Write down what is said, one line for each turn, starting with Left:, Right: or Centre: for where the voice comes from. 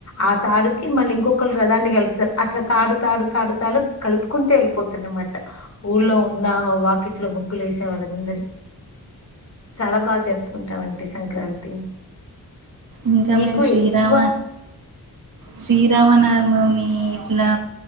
Left: ఆ తాడుకి మళ్ళీ ఇంకొకరు రథాన్ని కలుపుతారు అట్లా తాడు తాడు తాడు తాడు కలుపుకుంట వెళ్ళిపోతారునమాట ఊళ్లో ఉన్న వాకిట్లో ముగ్గులు వేసే వాళ్ళందరు చాలా బాగా జరుపుకుంటామండి సంక్రాంతి
Right: ఇంకా
Left: మీకు
Right: మీరు శ్రీరామ
Left: ఎక్కువ
Right: శ్రీరామనవమి ఇట్లా